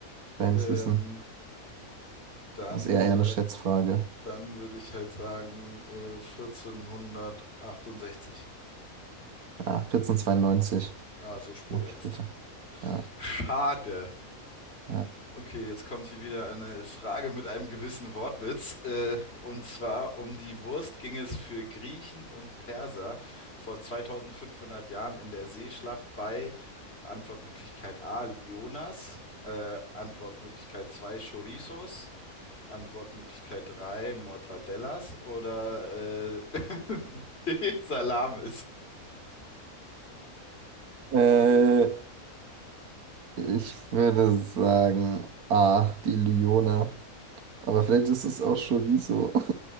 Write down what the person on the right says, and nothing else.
reines
Wissen.
Das ist eher,
eher eine Schätzfrage.
Ja, 1492,
noch
später. Ja,
ja.
Äh, ich würde sagen, ah, die Lyona. Aber vielleicht ist es auch Chorizo. <laughs>